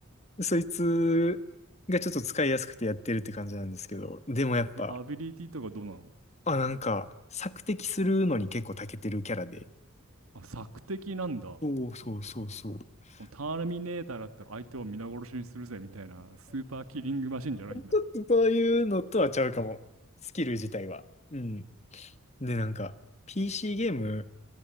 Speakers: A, on the left; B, on the right.
A: そいつがちょっと使いやすくてやってるって感じなんですけど、でもやっぱ、
B: え、アビリティとかどうなの
A: あ、なんか、索敵するのに結構長けてるキャラで。
B: あ、索敵なんだ。も
A: そうそうそうそう。<laughs>
B: うターミネーターだったら相手を皆殺しにするぜみたいなスーパーキリングマシンじゃないんだ。
A: ちょっとそういうのとはちゃうかも。スキル自体は。うん。で、なんか、PC ゲーム、